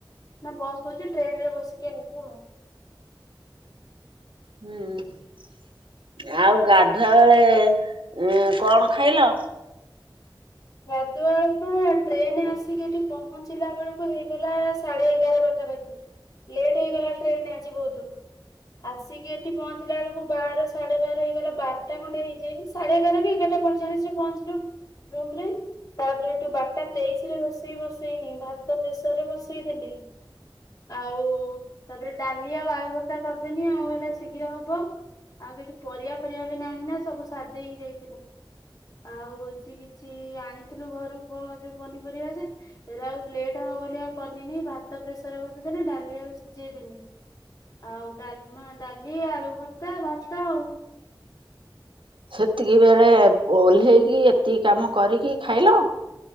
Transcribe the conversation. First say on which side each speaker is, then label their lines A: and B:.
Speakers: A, on the left; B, on the right.
A: ନା ବସ୍ ହଉଛି ଟ୍ରେନ ରେ ବସିକି ଆଇବୁ ଆଉ।
B: ହୁଁ ଆଉ ଗାଧୁଆ ବେଳେ କଣ ଖାଇଲ?
A: ଗାଧୁଆ ବେଳକୁ ଟ୍ରେନ ଆସିକି ଏଠି ପହଞ୍ଚିଲା ବେଳକୁ ହେଇଗଲା ସାଢେ ଏଗାର ପାଖାପାଖି। ଲେଟ୍ ହେଇଗଲା ଟ୍ରେନ ଆଜି ବହୁତ ଆସ୍ ସିକି ଏଠି ପହଞ୍ଚିଲା ବେଳକୁ ବାର ସାଢେ ବାର ହେଇଗଲା ବାରଟା ଖଣ୍ଡେ ହେଇଯାଇନ୍ ସାଢେ ଏଗାର କି ଏଗାରଟା ପଇଞ୍ଚାଳି <unintelligible> ତାପରେ ଏଠୁ ବାଟା ତେଇଶ ରେ ରୋସେଇ ବସେଇନି ଭାତ ପ୍ରେସରରେ ବସେଇ ଦେଲି ଆଉ ତାପରେ ଡାଲି ଆଉ ବାୟୁଭର୍ତା କରିଦେଲି ଆଉ ହେଟା ଶୀଘ୍ର ହବ। ଆଉ କିଛି ପରିବା ଫରିବା ବି ନାହିଁ ନା ସବୁ ସାରି ଦେଇକି ଯାଇଥିଲୁ। ଆଉ ହଉଛି କିଛି ଆଣିଥିଲୁ ଘରୁ ଯୋଉ ପନିପରିବା ଯେ ଏରା ଆଉ ଲେଟ ହବ ବୋଲି ଆଉ କଲିନି ଭାତ ପ୍ରେସରରେ ବସେଇଦେଲି ଡାଲି ଆଉ ସିଝେଇଦେନି। ଆଉ ଡାଲମା ଡାଲି ଆଳୁ ଭର୍ତ୍ତା ଭାତ ଆଉ।
B: ସେତିକିିବେଳେ ଓହ୍ଲେଇକି ଏତିକି କାମ କରିକି ଖାଇଲ?